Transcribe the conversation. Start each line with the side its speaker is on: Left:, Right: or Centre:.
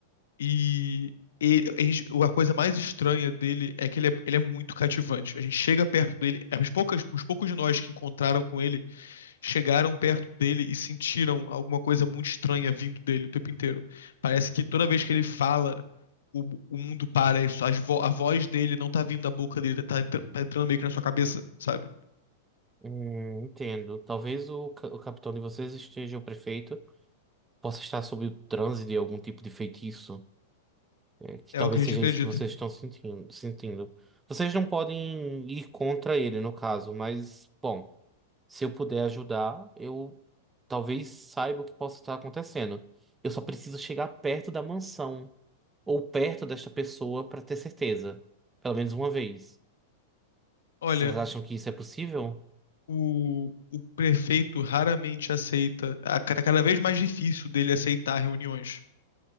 Left: E ele- a gente- a coisa mais estranha dele é que ele é, ele é muito cativante. A gente chega perto dele, as poucas, os poucos de nós que encontraram com ele chegaram perto dele e sentiram alguma coisa muito estranha vindo dele o tempo inteiro. Parece que toda vez que ele fala, o, o mundo para, isso, as vo- a voz dele não tá vindo da boca dele, tá, entra- tá entrando meio que na sua cabeça, sabe?
Right: Hum, entendo. Talvez o, ca- o capitão de vocês esteja, o prefeito, possa estar sob o transe de algum tipo de feitiço. É, que
Left: É
Right: talvez
Left: o que a gente
Right: seja
Left: acredita.
Right: isso que vocês estão sentindo, sentindo. Vocês não podem ir contra ele, no caso, mas, bom, se eu puder ajudar, eu talvez saiba o que possa estar acontecendo. Eu só preciso chegar perto da mansão ou perto desta pessoa para ter certeza, pelo menos uma vez.
Left: Olha,
Right: Vocês acham que isso é possível?
Left: o, o prefeito raramente aceita, a cada cada vez mais difícil dele aceitar reuniões,